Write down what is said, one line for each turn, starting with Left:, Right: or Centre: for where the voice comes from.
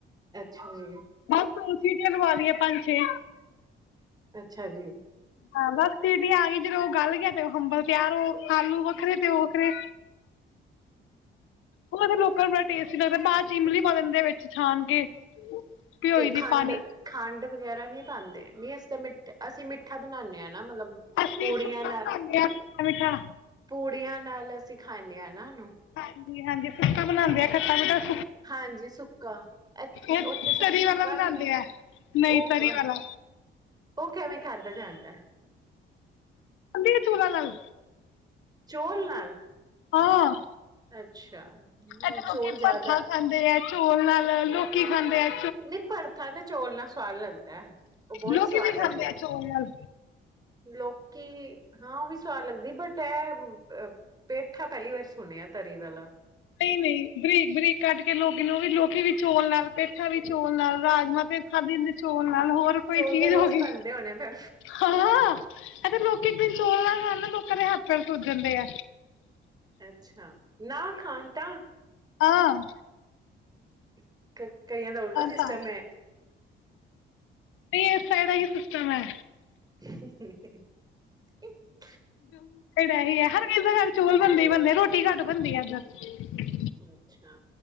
Right: ਅੱਛਾ ਜੀ,
Left: ਤੁਰਸੀ ਦੀਆਂ ਲਵਾ ਲਈਏ ਪੰਜ ਛੇ
Right: ਅੱਛਾ ਜੀ,
Left: ਹਾਂ ਬਸ ਸੀਟੀ ਆ ਗਈ ਜਦੋਂ ਉਹ ਗਲ ਗਿਆ ਤੇ ਉਹ ਹੰਬਲ ਤਿਆਰ ਉਹ ਆਲੂ ਵੱਖਰੇ ਤੇ ਉਹ ਵੱਖਰੇ ਉਹ ਲੋਕਾਂ ਨੂੰ ਬੜਾ ਟੇਸਟੀ ਲੱਗਦਾ ਬਾਅਦ ਚ ਇਮਲੀ ਪਾ ਦਿੰਦੇ ਵਿੱਚ ਛਾਨ ਕੇ ਭਿਓਈ
Right: ਤੇ
Left: ਦੀ
Right: ਖੰਡ-ਖੰਡ
Left: ਪਾਣੀ
Right: ਵਗੈਰਾ ਨੀ ਪਾਂਦੇ ਨੀ ਅਸੀਂ ਤਾਂ ਮਿੱ ਅਸੀਂ ਮਿੱਠ ਮਿਠਾ ਬਣਾਂਣੇ ਆਂ। ਮਤਲਬ
Left: ਅਸੀਂ
Right: ਪੂੜੀਆਂ
Left: ਸੁੱਕਾ
Right: ਨਾਲ
Left: ਬਣਾਉਂਦੇ ਆ ਖੱਟਾ ਮਿੱਠਾ
Right: ਪੂੜੀਆਂ ਨਾਲ ਅਸੀਂ ਖਾਂਦੇ ਹਾਂ। ਨਾ ਨੂੰ
Left: ਹਾਂਜੀ- ਹਾਂਜੀ ਫੁਟਕਾ ਬਣਾਉਂਦੇ ਆ ਖੱਟਾ ਨੂੰ ਦੱਸ
Right: ਹਾਂਜੀ ਸੁੱਕਾ
Left: ਇਹ
Right: ਉੱਥੇ ਸੁੱਕ
Left: ਤਰੀ ਵਾਲਾ
Right: ਕਹੀ
Left: ਬਣਾਉਂਦੇ
Right: ਮੈਂ
Left: ਆ ਨਹੀਂ
Right: ਉਹ
Left: ਤਰੀ ਵਾਲਾ
Right: ਉਹ ਕਿਵੇਂ ਖਾਧਾ ਜਾਂਦਾ।
Left: ਖਾਂਦੇ ਆ ਚੋਲਾਂ ਨਾਲ
Right: ਚੋਲ ਨਾਲ
Left: ਹਾਂ,
Right: ਅੱਛਾ,
Left: ਇੱਥੇ ਲੋਕੀ
Right: ਚੋਲ ਜ਼ਿਆਦਾ
Left: ਭਰਥਾ ਖਾਂਦੇ ਆ ਚੋਲ ਨਾਲ ਲੋਕੀ ਖਾਂਦੇ ਐ।
Right: ਨਹੀਂ ਭਰਥਾ ਤੇ ਚੌਲ ਨਾਲ ਸਵਾਦ ਲੱਗਦਾ, ਉਹ ਬਹੁਤ
Left: ਲੋਕੀ
Right: ਸਵਾਦ
Left: ਵੀ
Right: ਲੱਗਦਾ
Left: ਖਾਂਦੇ ਆ ਚੋਲ ਨਾਲ
Right: ਲੋਕ ਕਿ ਹਾਂ ਉਹ ਵੀ ਸਵਾਦ ਲੱਗਦੀ ਐ, ਬਟ ਇਹ ਪੇਠਾ ਪਹਿਲੀ ਵਾਰ ਸੁਣਿਆ ਤਰੀ ਵਾਲਾ
Left: ਨਹੀਂ-ਨਹੀਂ, ਬਰੀਕ- ਬਰੀਕ ਕੱਢ ਕੇ ਲੋਕੀ ਨੂੰ ਉਹ ਵੀ ਲੋਕੀ ਵੀ ਚੋਲ ਨਾਲ ਪੇਠਾ ਵੀ ਚੋਲ ਨਾਲ ਰਾਜਮਾਂ ਪੇਠਾ ਵੀ ਚੋਲ ਨਾਲ ਨਾਲ ਹੋਰ ਕੋਈ
Right: ਚੌਲ
Left: ਚੀਜ਼
Right: ਤੇ ਰੋਜ਼
Left: ਹੋਈ
Right: ਹੀ ਬਣਦੇ ਹੋਣੇ ਫਿਰ
Left: ਹਾਂ ਐ ਤਾਂ ਲੋਕ ਇੱਕ ਦਿਨ ਚੋਲ ਨਾਲ ਹਨ। ਕਦੇ ਹੱਥ ਪੈਰ ਸੁਜ ਜਾਂਦੇ ਐ।
Right: ਅੱਛਾ ਨਾ ਖਾਣ ਤਾਂ
Left: ਆਹ,
Right: <unintelligible> ਕਈਆਂ ਦਾ ਉਲਟਾ ਸਿਸਟਮ
Left: ਤਾਂ
Right: ਐ।
Left: ਨਹੀਂ ਇਸ ਸਾਈਡ ਦਾ ਇਹੀ ਸਿਸਟਮ ਹੈ।
Right: <unintelligible>
Left: ਜ <inaudible> ਕਿਹੜਾ ਹੀ ਹੈ ਹਰ ਕਿਸ ਘਰ ਚੋਲ ਬਣਦੇ ਹੀ ਬਣਦੇ ਰੋਟੀ ਘੱਟ ਬਣਦੀ ਆ ਇੱਧਰ
Right: ਅੱਛਾ,